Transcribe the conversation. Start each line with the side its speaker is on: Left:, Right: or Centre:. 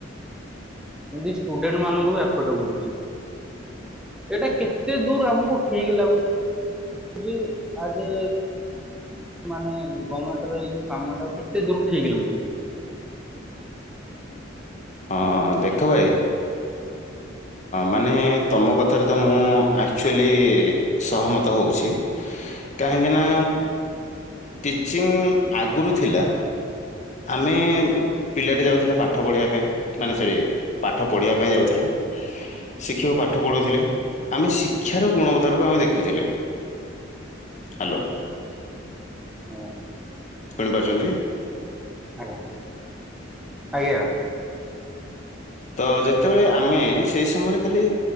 Centre: ଏମତି ଷ୍ଟୁଡେଣ୍ଟ ମାନଙ୍କୁ ବି ଆଫର୍ଟ କରୁଚି, ଏଇଟା କେତେ ଦୂର ଆମକୁ ଠିକ ଲାଗୁ ଚି ଆଜି ମାନେ ଗମେଣ୍ଟ ର ଏଇ ଯୋଉ କାମ ଟା କେତେ ଦୂର ଠିକ୍ ଲାଗୁଚି।
Left: ହଁ ଦେଖ ଭାଇ ମାନେ ତମ କଥାରେ ତ ମୁଁ ଆକ୍ଚୁଆଲି ସହମତ ହୋଉଚି କାହିଁକି ନା ଟିଚିଂ ଆଗରୁ ଥିଲା, ଆମେ ପିଲାଟି ଯାଉଥିଲା ପାଠ ପଢ଼ିବା ପାଇଁ ମାନେ ସେ ପାଠ ପଢ଼ିବା ପାଇଁ ଯାଉଥିଲା। ଶିକ୍ଷକ ପାଠ ପଢ଼ୋଉଥିଲେ। ଆମେ ଶିକ୍ଷାର ଗୁଣବତାକୁ ଆମେ ଦେଖୁଥିଲେ। ହ୍ୟାଲୋ
Centre: ହଁ
Left: ଶୁଣି ପାରୁଚନ୍ତି।
Centre: ଆଜ୍ଞ। ଆଜ୍ଞା।
Left: ତ ଯେତେବେଳେ ଆମେ ସେଇ ସମୟରେ ଖାଲି